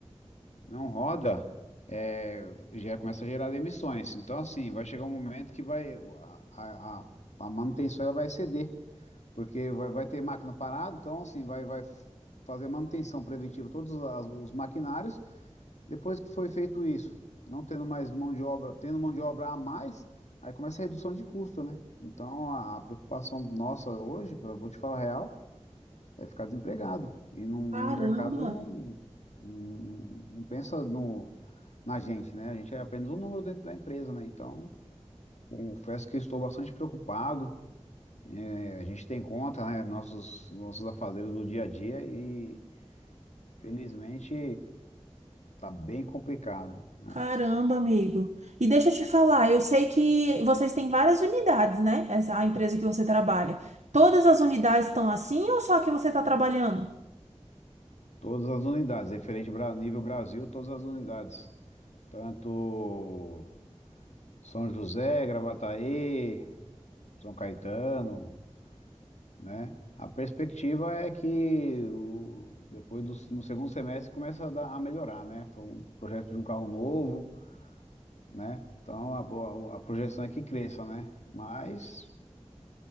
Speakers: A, on the left; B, on the right.
A: não roda, é, já começa a gerar demissões. Então, assim, vai chegar um momento que vai a, a, a a manutenção ela vai ceder, porque vai, vai ter máquina parada, então, assim, vai, vai fazer manutenção preventiva todos as- os maquinários. Depois que foi feito isso, não tendo mais mão de obra, tendo mão de obra a mais, aí começa a redução de custo, né? Então, a, a preocupação nossa hoje, pra, vou te falar a real, é ficar desempregado. E, não,
B: Caramba,
A: e o mercado ele não, não, não pensa no, na gente, né? A gente é apenas um número dentro da empresa, né? Então, confesso que estou bastante preocupado. É, a gente tem conta, né? Nossos, nossos afazeres do dia a dia e, felizmente, está bem complicado, né?
B: caramba, amigo. E deixa eu te falar, eu sei que vocês têm várias unidades, né? Essa a empresa que você trabalha. Todas as unidades estão assim ou só a que você está trabalhando?
A: Todas as unidades, referente a nível Brasil, todas as unidades. Tanto São José, Gravataí, São Caetano, né? A perspectiva é que o- depois do, no segundo semestre começa a, dar- a melhorar, né? Então, o projeto de um carro novo, né? Então, a, a- a projeção é que cresça, né? Mas